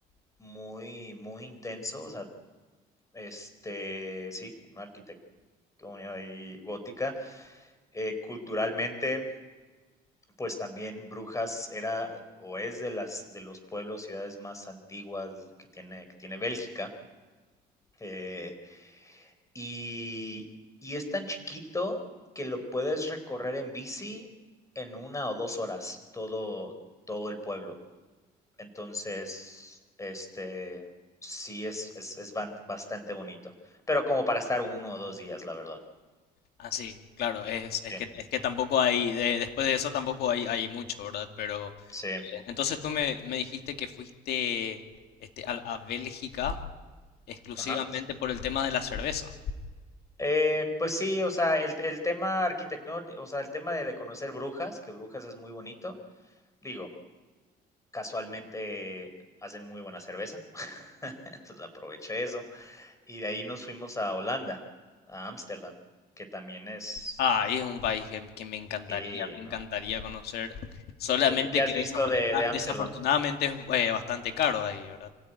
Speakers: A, on the left; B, on the left.
A: muy, muy intenso, o sea, este, sí, una arquitectura ahí gótica. Eh, culturalmente, pues también Brujas era o es de las de los pueblos, ciudades más antiguas que tiene, que tiene Bélgica. eh, y, y es tan chiquito que lo puedes recorrer en bici en una o dos horas, todo, todo el pueblo. Entonces, este sí es, es, es ban- bastante bonito. Pero como para estar uno o dos días, la verdad.
B: Así, claro, es,
A: Sí,
B: es que, es que tampoco hay, de- después de eso tampoco hay, hay mucho, ¿verdad? Pero
A: sí.
B: eh, entonces tú me, me dijiste que fuiste este, a, a Bélgica exclusivamente
A: Ajá.
B: por el tema de la cerveza.
A: Eh, pues sí, o sea, el el tema arquitectón o sea, el tema de de conocer Brujas, que Brujas es muy bonito. Digo, casualmente hacen muy buena cerveza, <laughs> entonces aproveché eso, y de ahí nos fuimos a Holanda, a Ámsterdam, que también es
B: Ah, y es un país que, que me encantaría,
A: sí,
B: me
A: no.
B: encantaría conocer, solamente
A: ¿Qué qué has
B: que desafortuna-
A: visto de de Ámsterdam?
B: desafortunadamente es eh, bastante caro ahí, ¿verdad?